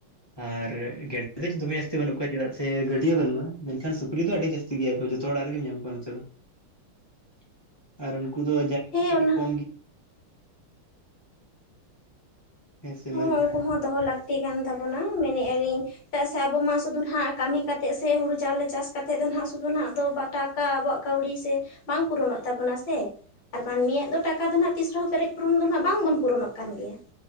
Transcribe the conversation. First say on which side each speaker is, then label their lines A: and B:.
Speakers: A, on the left (about 15°); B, on the left (about 60°).
A: ᱟᱨ ᱜᱮᱰᱮ ᱫᱚ ᱫᱚᱢᱮ ᱡᱟᱹᱥᱛᱤ ᱵᱟᱹᱱᱩᱜ ᱠᱚᱣᱟ ᱪᱮᱫᱟᱜ ᱥᱮ ᱜᱟᱹᱰᱭᱟᱹ ᱵᱟᱹᱱᱩᱜᱼᱟ ᱢᱮᱱᱠᱷᱟᱱ ᱥᱩᱠᱨᱤ ᱫᱚ ᱟᱹᱰᱤ ᱡᱟᱹᱥ ᱛᱤ ᱜᱮᱭᱟ ᱡᱚᱛᱚ ᱚᱲᱟᱜ ᱨᱮᱜᱮᱢ ᱧᱟᱢ ᱠᱚᱣᱟ ᱱᱚᱛᱮ ᱫᱚ ᱾ ᱟᱨ ᱩᱱᱠᱩ ᱫᱚ ᱡᱟᱞᱟ
B: ᱦᱮᱸ
A: ᱦᱚᱸ ᱠᱟᱹᱴᱤᱡ
B: ᱚᱱᱟ
A: ᱠᱚᱢ ᱜᱮ ᱾ ᱦᱮᱸ ᱥᱮ ᱢ
B: ᱦᱚᱸ
A: <unintelligible>
B: ᱩᱱᱠᱩ ᱦᱚᱸ ᱫᱚᱦᱚ ᱞᱟᱹᱠᱛᱤ ᱠᱟᱱ ᱛᱟᱵᱚᱱᱟ ᱢᱮᱱᱮ ᱟᱞᱤᱧ ᱪᱮᱫᱟᱜ ᱥᱮ ᱟᱵᱚ ᱢᱟ ᱥᱩᱫᱩ ᱱᱟᱸᱦᱜ ᱠᱟᱹᱢᱤ ᱠᱟᱛᱮᱜ ᱥᱮ ᱦᱩᱲᱩ ᱪᱟᱣᱞᱮ ᱪᱟᱥ ᱠᱟᱛᱮᱜ ᱫᱚ ᱱᱟᱦᱜ ᱥᱩᱫᱷᱩ ᱱᱟᱦᱜ ᱫᱚ ᱵᱟ ᱴᱟᱠᱟ ᱟᱵᱚᱣᱟᱜ ᱠᱟᱹᱣᱰᱤ ᱥᱮ ᱵᱟᱝ ᱯᱩᱨᱚᱱᱚᱜ ᱛᱟᱵᱚᱱᱟ ᱥᱮ ᱾ ᱟᱨ ᱢᱟᱱᱢᱤᱭᱟᱜ ᱫᱚ ᱴᱟᱠᱟ ᱫᱚ ᱱᱟᱦᱜ ᱛᱤᱥ ᱨᱮᱦᱚᱸ ᱯᱮᱨᱮᱡ ᱯᱩᱨᱚᱱ ᱫᱚ ᱱᱟᱦᱜ ᱵᱟᱝ ᱵᱚᱱ ᱯᱩᱨᱚᱱᱚᱜ ᱠᱟᱱ ᱜᱮᱭᱟ ᱾